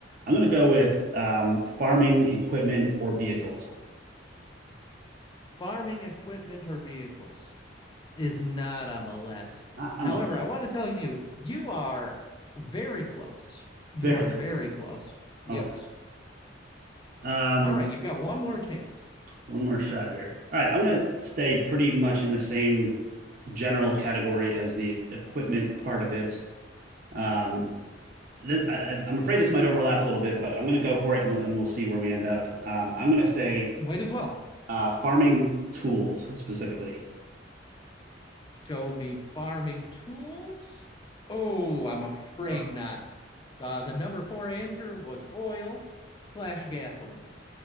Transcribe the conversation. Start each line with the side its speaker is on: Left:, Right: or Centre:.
Right: I'm gonna go with um, farming equipment or vehicles.
Left: Farming equipment or vehicles is not on the list.
Right: Not on
Left: However,
Right: the list.
Left: I want to tell you, you are very close. You
Right: Very
Left: are very close.
Right: <laughs>
Left: Yes.
Right: okay. Um,
Left: All right, you've got one more chance.
Right: one more shot here. All right, I'm gonna stay pretty much in the same general category as the e- equipment part of it. Um, th- I, I- I'm afraid this might overlap a little bit, but I'm going to go for it and, and we'll see where we end up. Um, I'm going to say
Left: You might as well.
Right: Uh, farming tools specifically.
Left: show me farming tools? Oh, I'm afraid
Right: Oh,
Left: not. Uh, the number four answer was oil slash gasoline.